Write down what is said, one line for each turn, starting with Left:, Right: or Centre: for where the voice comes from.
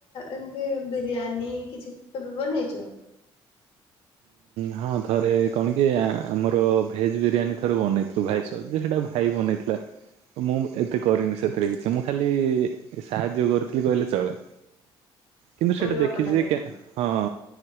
Left: ଏମିତି ବିରିୟାନୀ କିଛି କେବେ ବନେଇଛ?
Right: ହଁ ଥରେ କଣ କି ଆମର ଭେଜ୍ ବିରିୟାନୀ ଥରେ ବନେଇଥି ଶୁଭାଇ ସଜ୍‌ ସେଇଟା ଭାଇ ବନେଇଥିଲା। ତ ମୁଁ ଏତେ କରିନି ସେଥିରେ କିଛି ମୁଁ ଖାଲି ସାହାଯ୍ୟ କରିଥିଲି କହିଲେ ଚଳେ। କିନ୍ତୁ
Left: ପରିବା
Right: ସେଠା ଦେଖିଛି
Left: କଟାକଟି
Right: ଯେ ହଁ